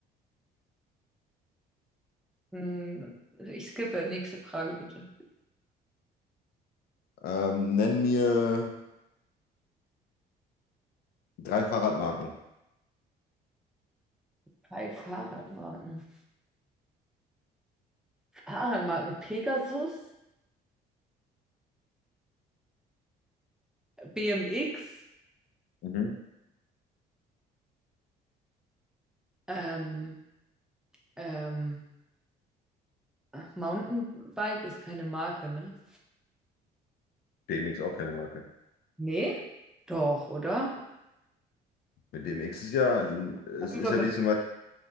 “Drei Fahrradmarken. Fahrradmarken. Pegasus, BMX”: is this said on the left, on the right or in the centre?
Centre